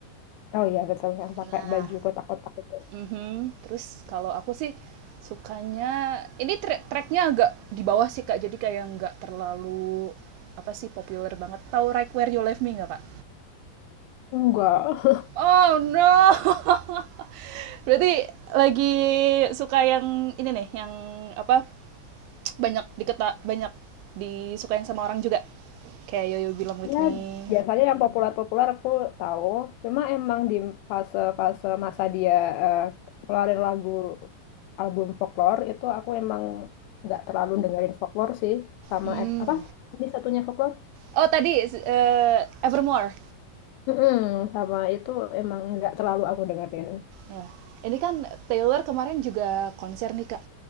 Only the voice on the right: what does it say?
Nah,
Mhm, terus kalau aku sih sukanya ini trek treknya agak di bawah sih Kak, jadi kayak nggak terlalu apa sih populer banget. Tahu Right Where You Left Me nggak Kak?
Oh no, <laughs> berarti lagi suka yang ini nih, yang apa banyak diketa banyak disukain sama orang juga. Kayak Yo You Belong With
Me.
Hmm.
Oh tadi eh, Evermore.
Ya. Ini kan Taylor kemarin juga konser nih Kak.